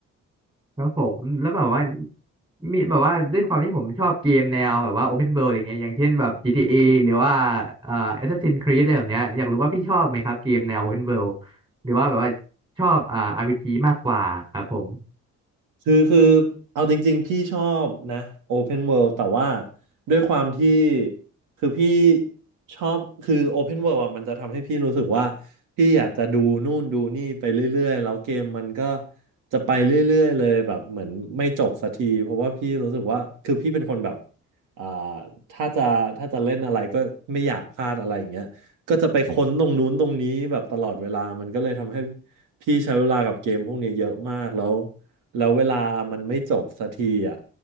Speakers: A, on the right; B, on the right.
A: ครับผมแล้วแบบว่ามีแบบว่าด้วยความที่ผมชอบเกมแนวแบบว่า Open World อย่างเงี้ยอย่างเช่นแบบ GTA หรือว่าเอ่อ Assassin's Creed อะไรแบบเนี้ยอยากรู้ว่าพี่ชอบไหมครับเกมแนว Open World หรือว่าแบบว่าชอบอ่า RPG มากกว่าครับผม
B: คือคือเอาจริงๆพี่ชอบนะ Open World แต่ว่าด้วยความที่คือพี่ชอบคือ Open World อ่ะมันจะทำให้พี่รู้สึกว่าพี่อยากจะดูนู่นดูนี่ไปเรื่อยๆแล้วเกมมันก็จะไปเรื่อยๆเลยแบบเหมือนไม่จบสักทีเพราะว่าพี่รู้สึกว่าคือพี่เป็นคนแบบอ่าถ้าจะถ้าจะเล่นอะไรก็ไม่อยากพลาดอะไรอย่างเงี้ยก็จะไปค้นตรงนู้นตรงนี้แบบตลอดเวลามันก็เลยทำให้พี่ใช้เวลากับเกมพวกเนี้ยเยอะมากแล้ว แล้วเวลามันไม่จบสักทีอ่ะ